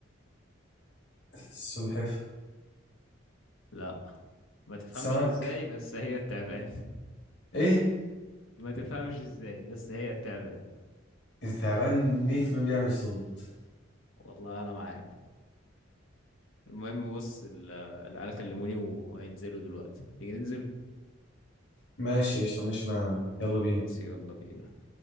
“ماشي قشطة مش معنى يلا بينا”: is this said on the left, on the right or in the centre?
Left